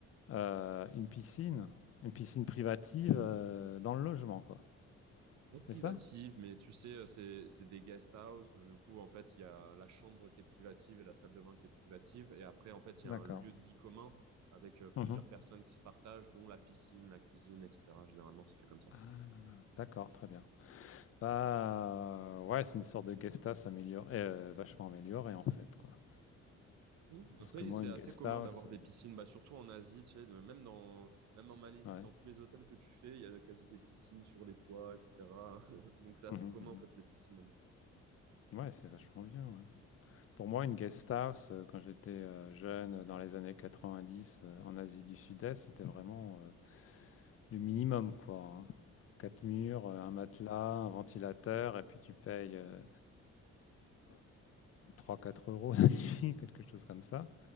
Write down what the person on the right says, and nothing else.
Pas privative,
mais tu sais, euh, c'est c'est des guest house. Du coup, en fait, il y a la chambre qui est privative et la salle de bain qui est privative. Et après, en fait, il
y a un lieu de vie commun avec euh, plusieurs
personnes qui se partagent, dont la piscine, la cuisine, etc. Généralement, c'est fait comme ça.
Mmh.
Après,
c'est
assez
commun
d'avoir des piscines, bah, surtout en Asie, tu sais, de- même dans, même en Malaisie,
dans
tous les hôtels que tu fais, il y a quasi des piscines sur les toits, etc. <laughs> Donc, c'est assez
commun, en fait, les piscines là-bas.